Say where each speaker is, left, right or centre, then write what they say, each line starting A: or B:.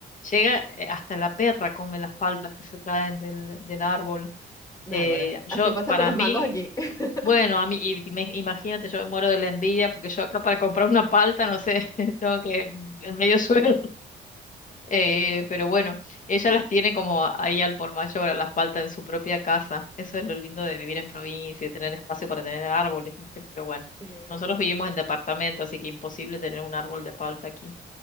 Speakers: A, on the left; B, on the left.
A: llega, eh, hasta la perra come las paltas que se caen del, del árbol.
B: Náguara.
A: Eh, yo,
B: Así pasa
A: para
B: con los
A: mí,
B: mangos aquí. <laughs>
A: bueno, a mí, y me- imagínate, yo me muero de la envidia porque yo acá para comprar una palta, no sé, <laughs> tengo que en medio suelo eh, pero bueno, ella las tiene como ahí al por mayor, a las paltas en su propia casa. Eso es lo lindo de vivir en provincia y tener espacio para tener árboles, ¿viste? Pero bueno,
B: Sí,
A: nosotros
B: sí.
A: vivimos en departamento, así que imposible tener un árbol de palta aquí.